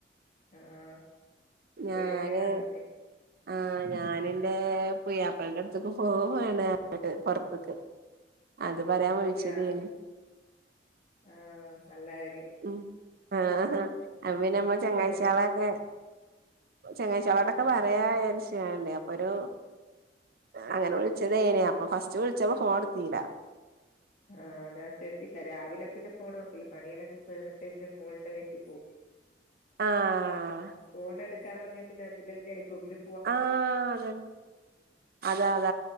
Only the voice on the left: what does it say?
ആഹ് കൊറേ
ആയില്ലേ കാണാത്തെ
അതെയാ ആഹ് നല്ല കാര്യം
എങ്ങനെ മിസ്
ഉം
ആഹ് ഞാ കേട്ടീല്ലാ രാവിലെ പിന്നെ ഫോണ് നോക്കെല്ല പണിയെല്ലാം തീർന്നിട്ടേ പിന്നെ ഫോണിന്റെ ബേക്ക് പോവു <inaudible>
ഫോൺ എടുക്കാ തുടങ്ങ്യാ പിന്നെ അതിനെല്ലെ ഇപ്പ രു